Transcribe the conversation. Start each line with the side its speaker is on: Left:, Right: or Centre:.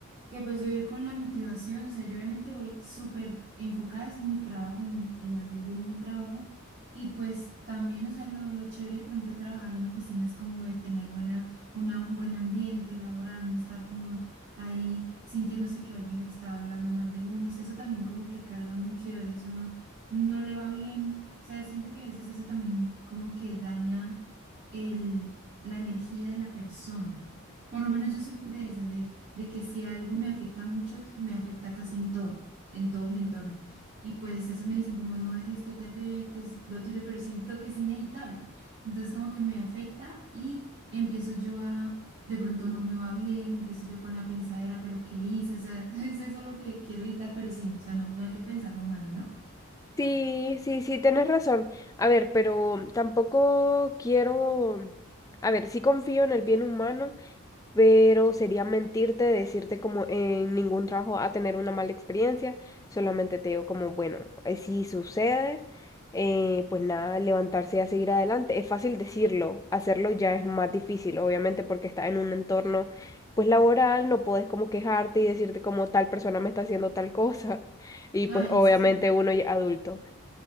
Right: que pues yo ir con la motivación, o sea, yo obviamente voy súper enfocada es en mi trabajo, en, en hacer bien mi trabajo, y pues también, o sea, lo, lo chévere de pronto de trabajar en oficinas como de tener buena, una, un buen ambiente laboral, no estar como ahí sintiéndose que alguien le está hablando mal de uno, o sea, eso también como que carga mucho y a veces uno no le va bien, o sea, siento que a veces eso también como que daña el la energía de la persona. Por lo menos yo soy muy de esas, de, de que si algo me afecta mucho, me afecta casi en todo, en todo mi entorno. Y pues eso me dicen como no dejes que te afecte, es lo tuyo, pero siento que es inevitable. Entonces como que me afecta y empiezo yo a, de pronto no me va bien, empiezo yo con la pensadera, pero ¿qué hice? O sea, <laughs> es eso lo que quiero evitar, pero sí, no, o sea, no, no hay que pensar lo malo, ¿no?
Left: sí, sí, sí, tienes razón. A ver, pero tampoco quiero, a ver, sí confío en el bien humano pero sería mentirte decirte como en ningún trabajo a tener una mala experiencia, solamente te digo como, bueno, eh, si sucede, eh, pues nada, levantarse y a seguir adelante. Es fácil decirlo, hacerlo ya es más difícil, obviamente porque estás en un entorno pues laboral, no puedes como quejarte y decirte como tal persona me está haciendo tal cosa, <laughs> y
Right: Ay,
Left: pues obviamente
Right: eso sí es verdad.
Left: uno ya adulto.